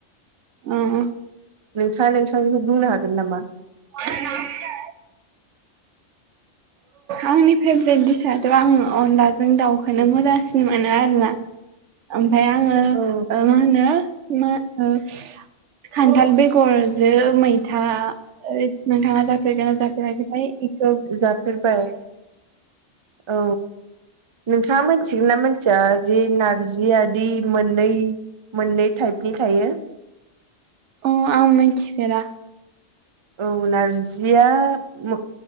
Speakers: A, on the right (about 75°); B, on the right (about 50°).
A: ओ ओ
B: नोंथाङा नोंथांनिखौ बुंनो हागोन नामा?
A: <unintelligible> आंनि फेभरेट दिसाथ' आङो अनलाजों दाउखौनो मोजांसिन मोनो आरोना।
B: <inaudible>
A: ओमफाय आङो
B: औ
A: मा होनो मो ओ खान्थाल बेगरजो मैथा ओयद नोंथाङा जाफेरगोना जाफेराखैथाय इखौ
B: जाफेरबाय औ नोंथाङा मिथिगोन ना मिथिया जे नारजिआदि मोननै मोननै टाइपनि थायो।
A: अ आं मिथिफेर
B: औ नारजिया मो